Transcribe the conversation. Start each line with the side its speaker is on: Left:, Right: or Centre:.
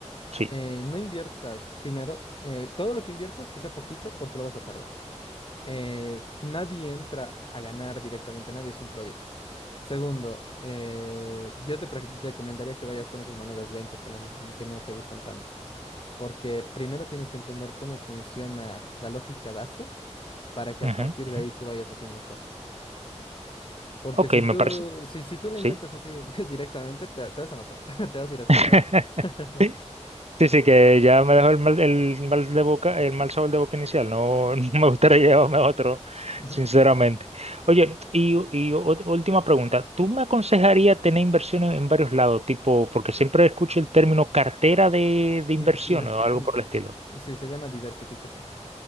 Right: Sí,
Left: eh, no inviertas primero, eh, todo lo que inviertas que sea poquito porque lo vas a perder. eh, nadie entra a ganar directamente, nadie es un prodigio. Segundo, eh, yo te pre- recomendaría que vayas con esas monedas lentas que no, que no te gustan tanto, porque primero tienes que entender cómo funciona la lógica base para que
Right: Ujú,
Left: a partir
Right: ujú.
Left: de ahí tú vayas haciendo cosas. Porque
Right: Ok,
Left: si tú,
Right: me parece.
Left: si, si tú lo
Right: Sí.
Left: intentas así <laughs> directamente, te, te vas a matar, <laughs> te vas a ir a estampar.
Right: <laughs>
Left: <laughs>
Right: Sí, sí, que ya me dejó el mal, el mal de boca, el mal sabor de boca inicial. No, <laughs> no me gustaría llevarme otro,
Left: Ujú.
Right: sinceramente. Oye, y, y ú- última pregunta. ¿Tú me aconsejarías tener inversiones en varios lados? Tipo, porque siempre escucho el término cartera de, de inversiones
Left: Y diver-
Right: o algo
Left: mm,
Right: por el estilo.
Left: sí, se llama diversificación.